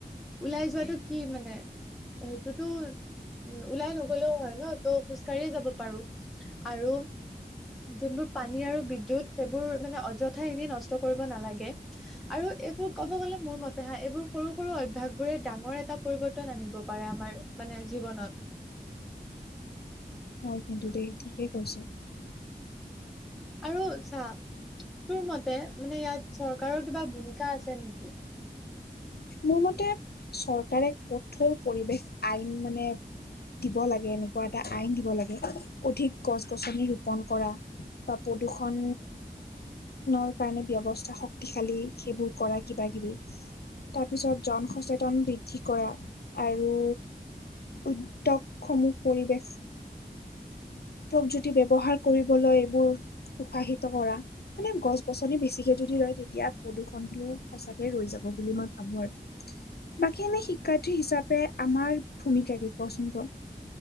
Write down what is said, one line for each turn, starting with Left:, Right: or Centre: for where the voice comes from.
Centre: ওলাই যোৱাটো কি মানে? সেইটোতো উ ওলাই নগলেও হয় ন ত খোজ কঢ়িয়ে যাব পাৰো। আৰু যোনবোৰ পানী আৰু বিদ্যুত সেইবোৰ মানে অযথা এনেই নষ্ট কৰিব নালাগে। আৰু এইবোৰ ক'ব গ'লে মোৰ মতে হা এইবোৰ সৰু সৰু অভ্যাস বোৰে ডাঙৰ এটা পৰিবৰ্তন আনিব পাৰে আমাৰ। মানে জীৱনত।
Left: হয় কিন্তু দেই ঠিকেই কৈছ।
Centre: আৰু চা। তোৰ মতে মানে ইয়াত চৰকাৰৰ কিবা ভূমিকা আছে নেকি।
Left: মোৰ মতে চৰকাৰে কঠোৰ পৰিৱেষ আইন মানে দিব লাগে এনেকুৱা এটা আইন দিব লাগে অধিক গছ গছনি ৰোপন কৰা। বা প্ৰদূৰষণ কাৰণে ব্যবস্থা শক্তিশালী সেইবোৰ কৰা কিবা কিবি। তাৰ পিছত জন সচেতন বৃদ্ধি কৰা আৰু। উদ্যোগসমূহ পৰিৱেশ প্ৰযুক্তি ব্যৱহাৰ কৰিবলৈ এইবোৰ উৎসাহিত কৰা। মানে গছ-গছনি বেছিকে যদি ৰয় তেতিয়া প্ৰদূষণটো সঁচাকে ৰৈ যাব বুলি মই ভাবোঁ আৰু। বাকী আমি শিক্ষাৰ্থী হিচাপে আমাৰ ভূমিকা কি কওঁ চোন ক।